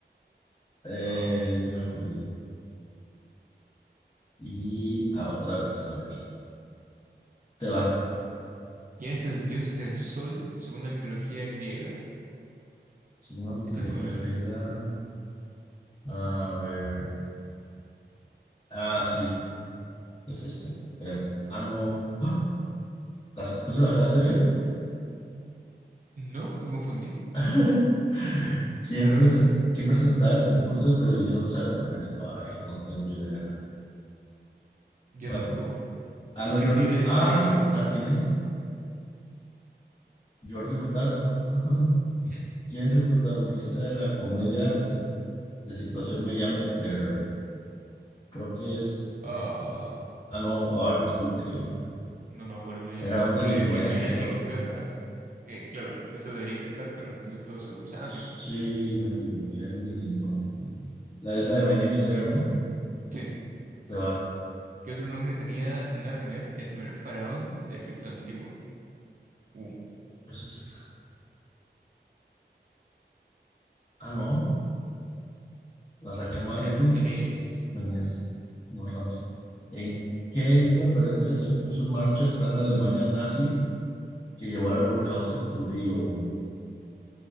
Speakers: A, on the left; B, on the right.
A: Eh,
B: Oh.
A: yo se me acordé. Y ah, otra vez, a ver. Te va.
B: ¿Quién es el dios del sol según la mitología griega.
A: Según la mitología
B: Esta sí me la sé.
A: griega. A ver. Ah, sí, es esta, creo. Ah, no. ¡Ah! ¿La sa- ¿Tú se la dejaste bien?
B: No, me confundí.
A: <laughs> ¿Quién,
B: Qué raro.
A: prese- quién presentaba el concurso de televisión? Sa- a ver, Ay, no tengo idea.
B: Yo
A: Voy
B: tampoco.
A: a por- Ah,
B: Es
A: no,
B: que
A: Jordi.
B: ni siquiera dicen
A: Ah,
B: de qué países.
A: la atiné. Jordi Hurtado. <laughs>
B: <clears throat>
A: ¿Quién es el protagonista de la comedia de situación Me llamo Er? Creo que es este.
B: Ah,
A: Ah, no, ay, me equivoqué.
B: no me acuerdo yo.
A: Era un delincuente,
B: Porque es que hay una
A: creo.
B: que encaja. eh, claro, esa debería encajar, pero no estoy del todo seguro. Ah,
A: Sí,
B: sí.
A: me equivoqué, era un delincuente. La es la de My Name is Earl, ¿no?
B: Sí.
A: Te va.
B: ¿Qué otro nombre tenía Narmer, el primer faraón del Egipto antiguo? Uh,
A: Es esta. Ah, no, la saqué mal
B: era
A: y tú.
B: Menes.
A: Buenas, no, Ramsey. ¿En qué conferencia se puso en marcha el plan de Alemania nazi que llevó al holocausto judío?